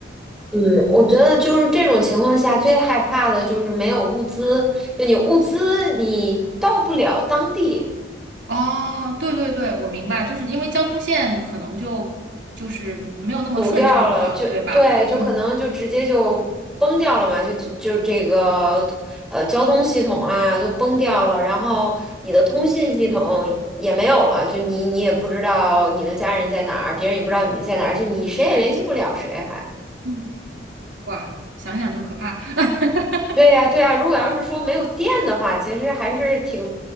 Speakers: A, in the centre; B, on the right (about 75°).
A: 嗯，我觉得就是这种情况下最害怕的就是没有物资，就你物资你到不了当地，
B: 哦，对对对，我明白，就是因为交通线可能就就是没有那么顺畅了，
A: 堵掉了就对，
B: 对吧？
A: 就可能就直接就崩掉了嘛，
B: 嗯。
A: 就就就这个呃交通系统啊都崩掉了，然后你的通信系统也没有了，就你你也不知道你的家人在哪儿，别人也不知道你在哪儿，就你谁也联系不了谁还。
B: 嗯哇，想想就可怕。<laughs>
A: 对呀，对呀，如果要是说没有电的话，其实还是挺，